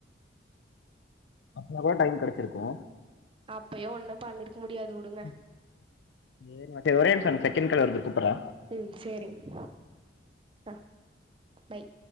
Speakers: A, on the left; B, on the right.
A: அப்ப நல்லா டைம் கெடச்சிருக்கு
B: அப்பயு ஒன்னு பண்ணியிருக்க முடியாது வுடுங்க
A: <unintelligible> ஒரே நிமிஷோ இரு செகண்ட் கால் வருது கூப்பட்ற
B: ம் சேரிங்க த பாய்